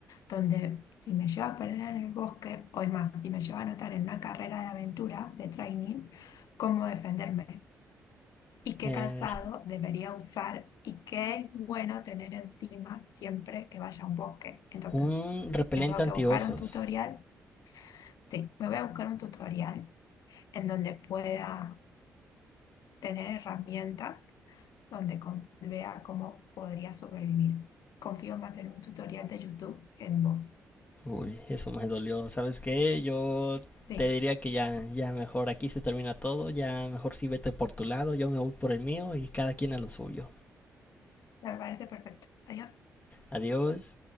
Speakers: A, on the left; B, on the left.
A: donde si me lleva a perder en el bosque, o es más, si me lleva a anotar en una carrera de aventura, de training, cómo defenderme y qué
B: Eh,
A: calzado debería usar y qué es bueno tener encima siempre que vaya a un bosque. Entonces,
B: un repelente
A: tengo
B: antiosos.
A: que buscar un tutorial. Sí, me voy a buscar un tutorial en donde pueda tener herramientas, donde con- vea cómo podría sobrevivir. Confío más en un tutorial de YouTube que en vos.
B: Uy, eso me dolió. ¿Sabes qué? Yo
A: Sí,
B: te diría que ya, ya mejor aquí se termina todo, ya mejor sí vete por tu lado, yo me voy por el mío y cada quien a lo suyo.
A: me parece perfecto. Adiós.
B: Adiós.